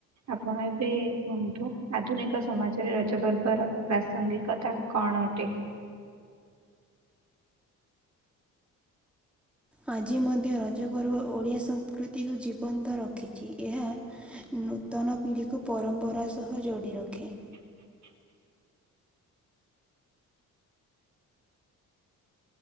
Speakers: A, on the right; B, in the centre.
A: ଆପଣ ଏବେ କୁହନ୍ତୁ ଆଧୁନିକ ସମାଜରେ ରଜବର୍ଗ ପ୍ରାସଙ୍ଗିକତା କଣ ଅଟେ?
B: ଆଜି ମଧ୍ୟ ରଜ ପର୍ବ ଓଡ଼ିଆ ସଂସ୍କୃତିକୁ ଜୀବନ୍ତ ରଖିଛି, ଏହା ନୂତନ ପିଢ଼ିକୁ ପରମ୍ପରା ସହ ଜୋଡ଼ି ରଖେ।
A: <unintelligible>